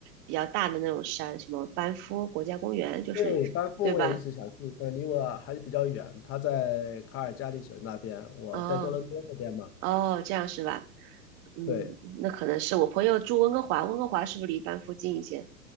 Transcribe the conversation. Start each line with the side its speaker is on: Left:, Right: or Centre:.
Right: 比较大的那种山，什么班夫国家公园，就是对吧？
Left: 对，班夫我也一直想去，但离我还是比较远。他在卡尔加里省那边，我在多伦多这边嘛。
Right: 哦。哦，这样是吧？嗯，
Left: 对，
Right: 那可能是我朋友住温哥华，温哥华是不是离班附近一些？